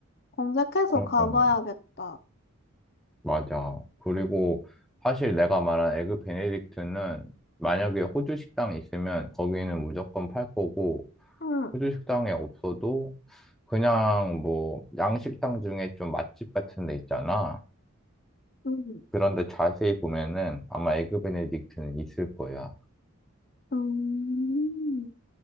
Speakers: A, on the left; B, in the centre.
A: 검색해서
B: 응,
A: 가봐야겠다.
B: 응. 맞아. 그리고 사실 내가 말한 에그 베네딕트는 만약에 호주 식당이 있으면 거기는 무조건 팔 거고
A: 응.
B: 호주 식당에 없어도 그냥 뭐 양식당 중에 좀 맛집 같은 데 있잖아.
A: 응.
B: 그런데 자세히 보면은 아마 에그 베네딕트는 있을 거야.
A: 음.